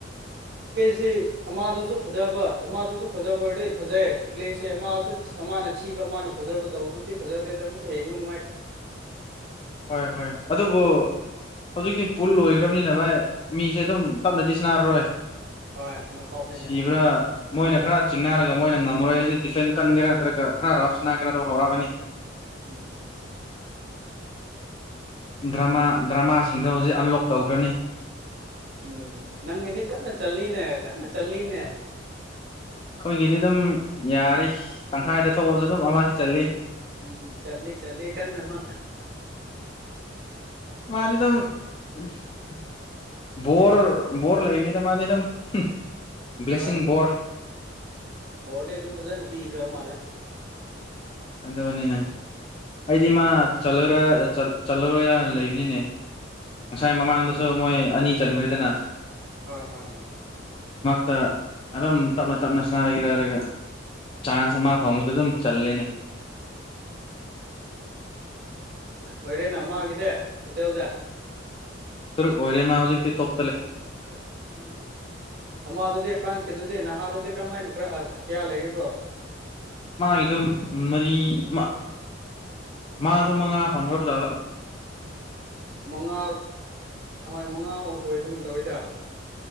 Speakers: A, on the right; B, on the left.
A: ꯁꯤ ꯑꯃꯗꯁꯨ ꯐꯖꯕ ꯑꯃꯗꯁꯨ ꯐꯖꯕ ꯑꯣꯏꯔꯗꯤ ꯐꯖꯩ ꯄ꯭ꯂꯦꯁꯦ ꯃꯁꯨ ꯑꯃꯅ ꯊꯤꯕ ꯃꯥꯅ ꯐꯖꯕ ꯇꯧꯕꯗꯨꯗꯤ ꯐꯖꯗꯦꯗ ꯑꯃꯨꯛꯀ ꯌꯦꯡꯕ ꯅꯨꯡꯉꯥꯏꯇꯦ
B: ꯍꯣꯏ ꯍꯣꯏ ꯑꯗꯨꯕꯨ ꯍꯧꯖꯤꯛꯇꯤ ꯄꯨꯜ ꯑꯣꯏꯒ꯭ꯔꯝꯅꯤꯅ ꯚꯥꯏ ꯃꯤꯁꯦ ꯑꯗꯨꯝ ꯇꯞꯅꯗꯤ ꯁꯅꯥꯔꯔꯣꯏ
A: ꯍꯣꯏ ꯅꯀꯣꯞꯅꯦ
B: ꯁꯤꯕ꯭ꯔꯥ
A: ꯀꯩꯅꯣ
B: ꯃꯣꯏꯅ ꯈꯔ ꯆꯤꯡꯅꯔꯒ ꯃꯣꯏꯅ ꯉꯝꯃꯔꯣꯏꯗꯤ ꯗꯤꯐꯦꯟ ꯀꯟꯒꯦꯔꯥ ꯅꯠꯇ꯭ꯔꯒ ꯈꯔ ꯔꯐ ꯁꯅꯥꯒꯦꯔ ꯑꯗꯨ ꯍꯧꯔꯛꯑꯅꯤ
A: ꯎꯝ
B: ꯗ꯭ꯔꯃꯥ ꯗ꯭ꯔꯃꯥꯁꯤꯡꯗ ꯍꯧꯖꯤꯛ ꯑꯟꯂꯣꯛ ꯇꯧꯈ꯭ꯔꯅꯤ
A: ꯎꯝ ꯅꯪꯒꯤꯗꯤ ꯀꯟꯅ ꯆꯠꯂꯤꯅꯦ ꯀꯟꯅ ꯆꯠꯂꯤꯅꯦ
B: ꯑꯩꯈꯣꯏꯒꯤꯗꯤ ꯑꯗꯨꯝ ꯌꯥꯔꯤꯁ ꯇꯪꯈꯥꯏꯗ ꯊꯣꯛꯑꯁꯨ ꯑꯗꯨꯝ ꯑꯃꯗꯤ ꯆꯜꯂꯤ
A: ꯎꯝ ꯆꯜꯂꯤ ꯆꯜꯂꯤ ꯀꯟꯅ ꯑꯃ
B: ꯃꯥꯗꯤꯗꯨꯝ <inaudible> ꯕꯣꯔ ꯕꯣꯔ ꯂꯩꯕꯅꯤꯗ ꯃꯥꯗꯤꯗꯨꯝ ꯍꯨꯡ ꯕ꯭ꯂꯦꯁꯤꯡ
A: ꯍꯣꯏ
B: ꯕꯣꯔ
A: ꯕꯣꯔꯗꯤ ꯑꯗꯨꯝ ꯐꯖꯟꯅ ꯄꯤꯈ꯭ꯔꯕ ꯃꯥꯜꯂꯦ
B: ꯑꯗꯨꯅꯤꯅꯦ ꯑꯩꯗꯤ ꯃꯥ ꯆꯜꯂꯔ ꯆꯠꯂꯔꯣꯏꯌꯥꯅ ꯂꯩ ꯅꯤꯅꯦ ꯉꯁꯥꯏ ꯃꯃꯥꯡꯗꯁꯨ ꯃꯣꯏ ꯑꯅꯤ ꯆꯟꯈ꯭ꯔꯦꯗꯅ
A: ꯍꯣꯏ ꯍꯣꯏ
B: ꯇ ꯑꯗꯨꯝ ꯇꯞꯅ ꯇꯞꯅ ꯁꯅꯥꯂꯩꯒꯦꯔ ꯍꯥꯏꯔꯒ ꯆꯥꯟꯁ ꯑꯃ ꯐꯪꯕꯗꯨ ꯑꯗꯨꯝ ꯆꯜꯂꯦꯅꯦ
A: ꯑꯣꯏꯔꯦ ꯅ ꯃꯥꯒꯤꯗꯤ ꯇꯣꯇꯦꯜꯗ
B: ꯇꯔꯨꯛ ꯑꯣꯏꯔꯦ ꯃꯥ ꯍꯧꯖꯤꯛꯇꯤ ꯇꯣꯞ
A: <unintelligible> ꯎꯝ ꯑꯃꯗꯗꯤ ꯐ꯭ꯔꯥꯟꯁꯀꯤꯗꯨꯗꯤ ꯅꯍꯥꯗꯨꯗꯤ ꯀ꯭ꯔꯝꯃꯥꯏꯅ ꯀꯌꯥ ꯂꯩꯒꯤꯕ꯭ꯔꯣ
B: ꯃꯥꯒꯤꯗꯣ ꯃꯔꯤ ꯃ ꯃꯥꯁꯨ ꯃꯉꯥ ꯐꯪꯈ꯭ꯔꯕꯖꯥꯠꯂꯣ
A: ꯃꯉꯥ ꯍꯣꯏ ꯃꯉꯥ ꯑꯣꯏꯕꯒꯨꯝ ꯇꯧꯋꯤꯗ